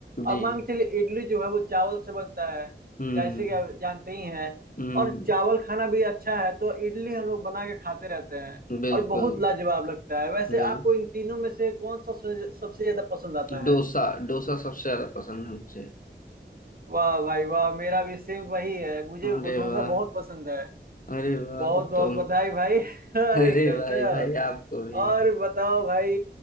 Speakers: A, on the right; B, on the left.
A: अब
B: जी
A: मान के चलिए इडली जो है वो चावल से बनता है
B: हम्म
A: जैसे कि आप जानते ही हैं
B: हम्म
A: और चावल खाना भी अच्छा है तो इडली हम लोग बना के खाते रहते हैं
B: बिल्कुल
A: और बहुत लाजवाब लगता है वैसे
B: बिल्कुल
A: आपको इन तीनों में से कौन सा सबसे सबसे ज्यादा पसंद आता है
B: डोसा डोसा सबसे ज्यादा पसंद है मुझे
A: वाह भाई वाह मेरा भी सेम वही है मुझे
B: अरे
A: डोसा
B: वाह
A: बहुत पसंद है
B: अरे वाह
A: बहुत
B: तब
A: बहुत
B: तो
A: बधाई भाई <laughs> अरे
B: अरे
A: गजब
B: भाई भाई आपको भी
A: और बताओ भाई